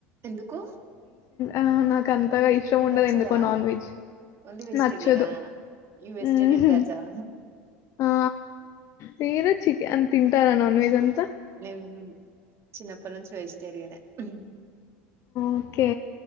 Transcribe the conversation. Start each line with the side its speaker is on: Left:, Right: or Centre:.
Right: ఎందుకు
Left: ఆ నాకు అంతగా ఇష్టం ఉండదు
Right: నచ్చదా
Left: ఎందుకో నాన్ వెజ్
Right: ఓన్లీ వెజిటేరియనా
Left: నచ్చదు.
Right: ఇన్ వెజిటేరియన్
Left: హుహు.
Right: బ్యాచ్ ఆ
Left: ఆ మీరు చికెన్ తింటారా నాన్ వెజ్ అంతా?
Right: నేను చిన్నప్పటి నుంచి వెజిటేరియనే ఉ
Left: ఓకే